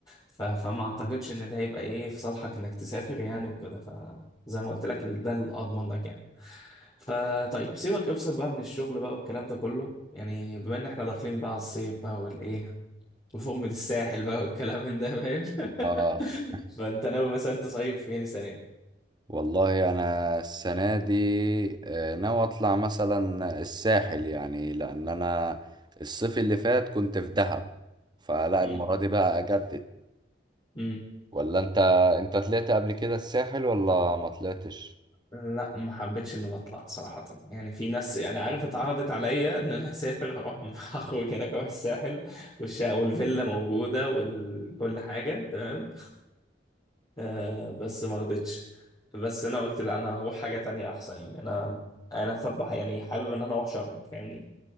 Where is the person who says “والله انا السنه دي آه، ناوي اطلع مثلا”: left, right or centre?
Right